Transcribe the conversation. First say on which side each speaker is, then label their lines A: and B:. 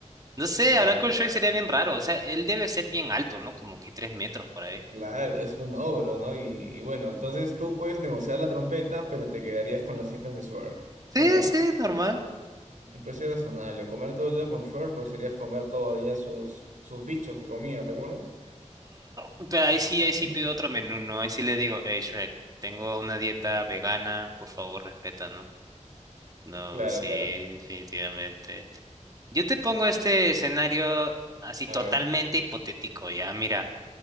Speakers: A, on the right (about 30°); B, on the right (about 85°).
A: No sé,
B: Claro.
A: hablar con Shrek sería bien raro. O sea, él debe ser bien alto, ¿no? Como que tres metros por ahí.
B: Claro, es un ogro, ¿no? Y, y bueno, entonces tú puedes negociar la trompeta, pero te quedarías con las citas de Schwark. Bueno,
A: Sí,
B: es
A: sí, normal.
B: un precio razonable. Comer todo el día con Schwark, pues serías comer todo el día sus, sus bichos que comía, ¿te acuerdas?
A: Pero ahí sí, ahí sí
B: Sí.
A: pido otro menú, ¿no? Ahí sí le digo, hey Shrek, tengo una dieta vegana, por favor respeta, ¿no? No,
B: Claro,
A: sí,
B: claro.
A: definitivamente. Yo te pongo este escenario así
B: A
A: totalmente
B: ver.
A: hipotético, ya. Mira,